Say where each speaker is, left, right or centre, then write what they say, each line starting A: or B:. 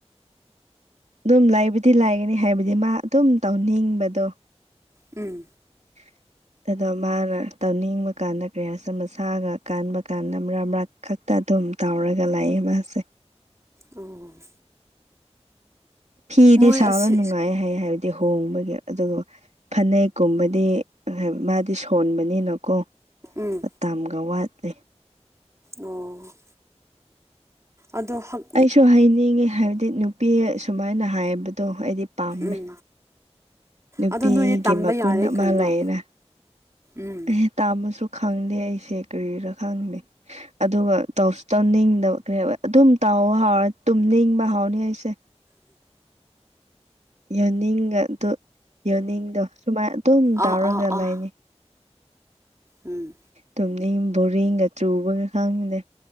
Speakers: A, on the right; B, on the right.
A: ꯑꯗꯨꯝ ꯂꯩꯕꯨꯗꯤ ꯂꯥꯏꯒꯅꯤ ꯍꯥꯏꯕꯗꯤ ꯃꯥ ꯑꯗꯨꯝ ꯇꯧꯅꯤꯡꯕꯗꯣ
B: ꯎꯝ
A: <inaudible> ꯑꯗꯣ ꯃꯥꯅ ꯇꯧꯅꯤꯡꯕ ꯀꯥꯟꯗ ꯀꯌꯥꯁꯝ ꯃꯁꯥꯒ ꯀꯥꯟꯕ ꯀꯥꯟꯗ ꯃꯔꯛ ꯃꯔꯛ ꯈꯛꯇ ꯑꯗꯨꯝ ꯇꯥꯎꯔꯒ ꯂꯥꯏꯌꯦ ꯃꯥꯁꯦ
B: ꯎꯝ <unintelligible>
A: ꯐꯤꯗꯤ
B: ꯃꯣꯏ
A: ꯁꯥꯕ
B: ꯑꯁꯤ
A: ꯅꯨꯡꯉꯥꯏ ꯍꯥꯏꯌꯦ ꯍꯥꯏꯕꯗꯤ ꯍꯣꯡꯕꯒꯤ ꯑꯗꯨꯒ ꯐꯅꯦꯛꯀꯨꯝꯕꯗꯤ ꯃꯥꯗꯤ ꯁꯣꯟꯕꯅꯤꯅꯀꯣ
B: ꯎꯝ
A: ꯇꯥꯝꯒ ꯋꯥꯠꯂꯤ
B: ꯑꯣ ꯑꯗꯣ ꯍꯛ
A: ꯑꯩꯁꯨ ꯍꯥꯏꯅꯤꯡꯉꯤ ꯍꯥꯏꯕꯗꯤ ꯅꯨꯄꯤ ꯁꯨꯃꯥꯏꯅ ꯍꯥꯏꯕꯗꯣ ꯑꯩꯗꯤ ꯄꯥꯝꯃꯦ꯫
B: ꯎꯝ
A: ꯅꯨꯄꯤꯒꯤ
B: ꯑꯗꯣ ꯅꯣꯏꯗꯤ ꯇꯝꯕ
A: ꯃꯒꯨꯟ
B: ꯌꯥꯔꯦ
A: ꯑꯃ
B: ꯀꯩꯅꯣ
A: ꯂꯩꯔꯦ
B: ꯎꯝ
A: ꯑꯦ ꯇꯥꯝꯃꯁꯨ ꯈꯪꯗꯦ ꯑꯩꯁꯦ ꯀꯔꯤꯔ ꯈꯪꯗꯦ ꯑꯗꯨꯒ ꯇꯧꯁꯨ ꯇꯧꯅꯤꯡꯗꯕ ꯑꯗꯨꯝ ꯇꯥꯎ ꯍꯥꯎꯔ ꯇꯨꯝꯅꯤꯡꯕ ꯍꯥꯎꯅꯤ ꯑꯩꯁꯦ ꯌꯣꯟꯅꯤꯡꯒ ꯑꯗꯨ ꯌꯣꯟꯅꯤꯡꯗꯣ ꯁꯨꯃꯥꯏ ꯑꯗꯨꯝ ꯇꯧꯔꯒ
B: ꯑꯥ ꯑꯥ ꯑꯥ
A: ꯂꯩꯅꯤ꯫
B: ꯎꯝ
A: ꯇꯨꯝꯅꯤꯡ ꯕꯣꯔꯤꯡꯒ ꯆꯨꯕꯒ ꯈꯪꯗꯦ꯫